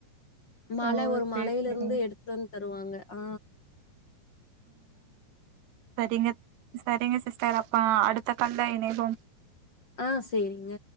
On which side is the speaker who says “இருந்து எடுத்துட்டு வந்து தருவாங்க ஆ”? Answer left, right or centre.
Left